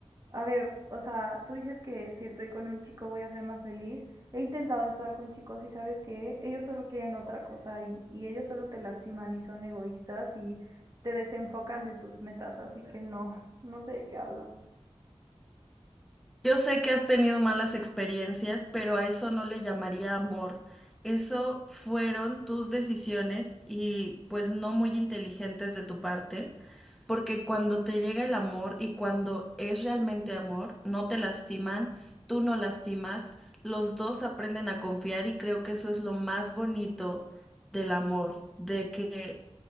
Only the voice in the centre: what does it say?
Yo sé que has tenido malas experiencias, pero a eso no le llamaría amor. Eso fueron tus decisiones y pues no muy inteligentes de tu parte. Porque cuando te llega el amor y cuando es realmente amor, no te lastiman, tú no lastimas, los dos aprenden a confiar y creo que eso es lo más bonito del amor, de que